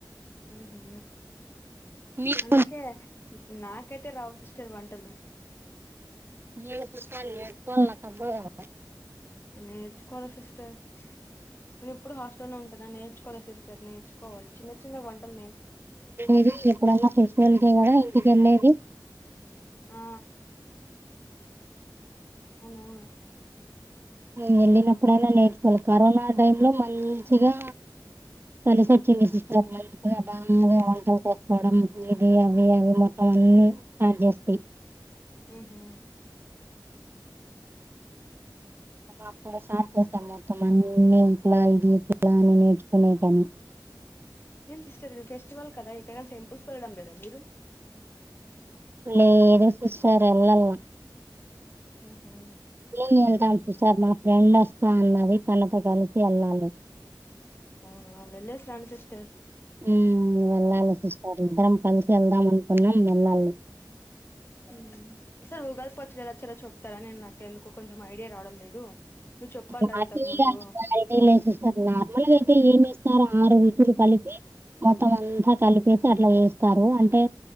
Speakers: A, on the left; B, on the right.
A: ఉ హు
B: మీకు
A: అందుకే నాకైతే రావు సిస్టర్ వంటలు
B: <unintelligible>
A: ఆ నేర్చుకోవాల సిస్టర్ నేను ఎప్పుడు హాస్టల్లో ఉంటాన నేర్చుకోల సిస్టర్ నేర్చుకోవాలి చిన్న చిన్న వంటలు నేర్
B: ఇది ఎప్పుడైనా తీసుకెళ్తే కదా ఇంటికి వెళ్ళేది
A: ఆ అవునవును
B: వెళ్ళినప్పుడైనా నేర్చుకోవాలి కరోనా టైమ్ లో మంచిగా కలిసి వచ్చింది సిస్టర్ మంచిగా బాగా వంటలు చేసుకోవడం ఇది అవి అవి మొత్తం అన్ని స్టార్ట్ చేస్టీ
A: ఊహు
B: అప్పుడు స్టార్ట్ చేసాం మొత్తం అన్ని ఇట్లా ఇది ఇట్లా అని నేర్చుకునే దాన్ని
A: ఏం సిస్టర్ మీ ఫెస్టివల్ కదా ఎటైనా టెంపుల్స్ కి వెళ్ళడం లేదా మీరు
B: లేదు సిస్టర్ ఎల్లలా
A: ఊహు
B: నేను వెళ్తాం సిస్టర్ మా ఫ్రెండ్ వస్తా అన్నది తనతో కలిసి వెళ్ళాలి
A: అవునా వెళ్ళేసి రండి సిస్టర్
B: ఊ వెళ్ళాలి సిస్టర్ ఇద్దరం కలిసి వెళ్దాం అనుకున్నాం వెళ్ళాలి
A: ఊ సార్ ఉగాది పచ్చడీ ఎలా చేయాలో చెప్తారా నేను నాకు ఎందుకొ కొంచెం ఐడియా రావడం లేదు మీరు చెప్పారు
B: క్వాలిటీ
A: కదా ఇంతకు ముందు
B: లే లేదు సార్ నార్మల్ గా అయితే ఏమి సరే ఆరు రుచులు కలిపి మొత్తం అంతా కలిపేసి అట్లా చేస్తారు అంటే